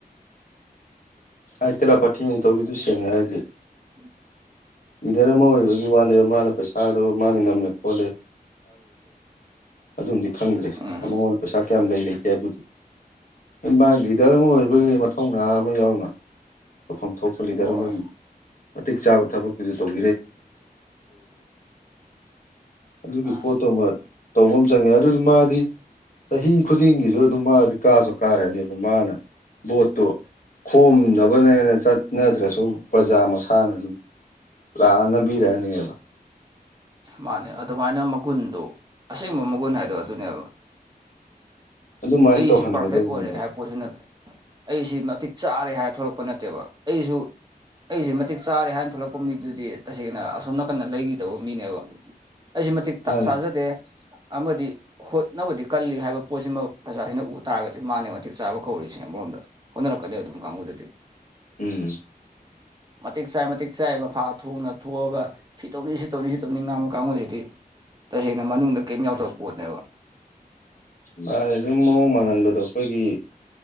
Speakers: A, on the left; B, on the right.
A: ꯑꯩ ꯇꯦꯂꯥ ꯄꯥꯊꯤꯅꯤ ꯇꯧꯔꯤꯗꯨ ꯁꯦꯡꯅꯦ ꯍꯥꯏꯗꯤ
B: ꯎꯝ
A: ꯂꯤꯗꯔ ꯑꯃ ꯑꯣꯏꯕꯒꯤ ꯋꯥꯗ ꯃꯥꯅ ꯄꯩꯁꯥꯗꯣ ꯃꯥꯅ ꯉꯝꯃꯦ ꯂꯦꯦ ꯑꯗꯨ ꯈꯪꯗ꯭ꯔꯦ
B: ꯎꯝ
A: ꯃꯉꯣꯟꯗ ꯄꯩꯁꯥ ꯀꯌꯥꯝ ꯂꯩ ꯂꯩꯇꯦ ꯍꯥꯏꯕꯗꯤ ꯃꯥꯒꯤ ꯏꯝ ꯑꯣꯏꯣꯏꯕꯒꯤ ꯃꯊꯧꯅ ꯑꯃ ꯌꯥꯎꯅ ꯇꯧꯐꯝ ꯊꯣꯛꯄ ꯂꯤꯗꯔ
B: ꯍꯣꯏ
A: ꯑꯃꯒꯤ ꯃꯇꯤꯛ ꯆꯥꯕ ꯊꯕꯛ ꯇꯧ ꯑꯗꯨꯒꯤ
B: ꯎꯝ
A: ꯄꯣꯠꯇꯣ ꯑꯃ ꯇꯧꯕꯐꯝ ꯆꯪꯉꯦ ꯑꯗꯨꯗꯤ ꯃꯥꯗꯤ ꯆꯍꯤ ꯈꯨꯗꯤꯡꯒꯤꯁꯨ ꯑꯗꯨꯝ ꯃꯥꯗꯤ ꯀꯥꯁꯨ ꯀꯥꯔꯅꯦꯕ ꯃꯥꯅ ꯕꯣꯠꯇꯨ ꯈꯣꯝꯅꯕꯅꯦꯅ ꯆꯠꯅꯗ꯭ꯔꯁꯨ ꯑꯗꯨ ꯕ꯭ꯔꯖꯥꯔ ꯃꯁꯥꯅ ꯑꯗꯨꯝ ꯂꯥꯛꯑꯅꯕꯤꯔꯛꯑꯅꯦꯕ
B: ꯃꯥꯅꯦ ꯑꯗꯨꯃꯥꯏꯅ ꯃꯒꯨꯟꯗꯣ ꯑꯁꯦꯡꯕ ꯃꯒꯨꯟ ꯍꯥꯏꯗꯣ ꯑꯗꯨꯅꯦꯕ
A: ꯑꯗꯨꯃꯥꯏꯅ
B: ꯑꯩꯁꯤ
A: ꯇꯧꯍꯟꯒꯗꯧꯕꯅꯤꯗ
B: ꯄꯔꯐꯦꯛ ꯑꯣꯏꯔꯦ ꯍꯥꯏꯕ ꯄꯣꯠꯁꯨ ꯅꯠꯇꯦ ꯑꯩꯁꯤ ꯃꯇꯤꯛ ꯆꯥꯔꯦ ꯍꯥꯏꯔ ꯊꯣꯛꯂꯛꯄ ꯅꯠꯇꯦꯕ ꯑꯩꯁꯨ ꯑꯩꯁꯦ ꯃꯇꯤꯛ ꯆꯥꯔꯦ ꯍꯥꯏꯅ ꯊꯣꯛꯂꯛꯄ ꯃꯤꯗꯨꯗꯤ ꯇꯁꯦꯡꯅ ꯑꯁꯣꯝ ꯅꯥꯀꯟꯅ ꯂꯩꯈꯤꯗꯕ ꯃꯤꯅꯦꯕ ꯑꯩꯁꯨ ꯃꯇꯤꯛ
A: ꯃꯥꯅꯤ
B: ꯆꯥꯖꯗꯦ ꯑꯃꯗꯤ ꯍꯣꯠꯅꯕꯗꯤ ꯀꯜꯂꯤ ꯍꯥꯏꯕ ꯄꯣꯠꯁꯤꯃꯛ ꯄ꯭ꯔꯖꯥꯁꯤꯅ ꯎ ꯇꯥꯔꯒꯗꯤ ꯃꯥꯅꯦ ꯃꯇꯤꯛ ꯆꯥꯕ ꯀꯧꯔꯤꯁꯤ ꯑꯃꯔꯣꯝꯗ ꯍꯣꯠꯅꯔꯛꯀꯅꯤ ꯑꯗꯨꯝ ꯀꯥꯡꯕꯨꯗꯗꯤ
A: ꯎꯝ
B: ꯃꯇꯤꯛ ꯆꯥꯏ ꯃꯇꯤꯦꯛ ꯆꯥꯏ ꯃꯐꯥ ꯊꯣꯡꯅ ꯊꯣꯛꯑꯒ ꯁꯤ ꯇꯧꯅꯤ ꯁꯤ ꯇꯧꯅꯤ ꯁꯤ ꯇꯧꯅꯤ ꯉꯥꯡꯕ ꯀꯥꯡꯕꯨꯁꯤꯗꯤ ꯇꯁꯦꯡꯅ ꯃꯅꯨꯡꯗ ꯀꯔꯤꯝ ꯌꯥꯎꯗꯕ ꯄꯣꯠꯅꯦꯕ
A: ꯃꯥ ꯁꯨꯝ ꯃꯑꯣꯡ ꯃꯥꯟꯍꯟꯕꯗꯣ ꯑꯩꯈꯣꯏꯒꯤ